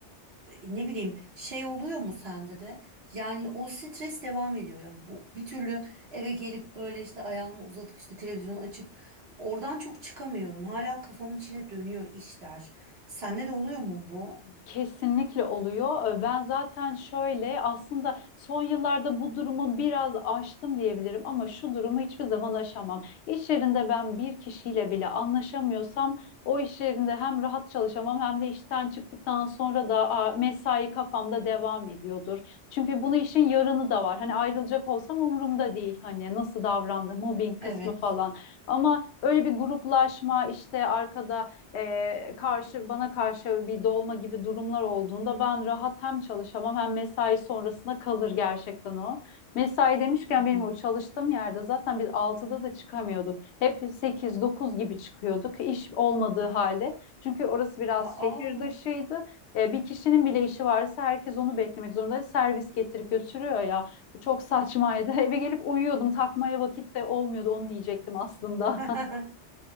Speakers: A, on the right; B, on the left.
A: e, ne bileyim şey oluyor mu sende de yani o stres devam ediyor yani bu bir türlü eve gelip böyle işte ayağımı uzatıp işte televizyonu açıp oradan çok çıkamıyorum hala kafamın içine dönüyor işler sende de oluyor mu bu?
B: Kesinlikle oluyor. Ee, Ben zaten şöyle aslında son yıllarda bu durumu biraz aştım diyebilirim ama şu durumu hiçbir zaman aşamam. İş yerinde ben bir kişiyle bile anlaşamıyorsam o iş yerinde hem rahat çalışamam hem de işten çıktıktan sonra da aa, mesai kafamda devam ediyordur. Çünkü bunu işin yarını da var. Hani ayrılacak olsam umurumda değil. Hani nasıl davrandı, mobbing kısmı
A: Evet.
B: falan. Ama öyle bir gruplaşma işte arkada e, karşı bana karşı bir dolma gibi durumlar olduğunda ben rahat hem çalışamam hem mesai sonrasına kalır gerçekten o. Mesai demişken
A: Hı.
B: benim o çalıştığım yerde zaten biz altıda da çıkamıyorduk. Hep sekiz dokuz gibi çıkıyorduk iş olmadığı halde. Çünkü orası biraz
A: Aa,
B: şehir dışıydı. E, bir kişinin bile işi varsa herkes onu beklemek zorunda. Servis getirip götürüyor ya. Çok saçmaydı. <laughs> Eve gelip uyuyordum. Takmaya vakit de olmuyordu. Onu diyecektim aslında.
A: <laughs>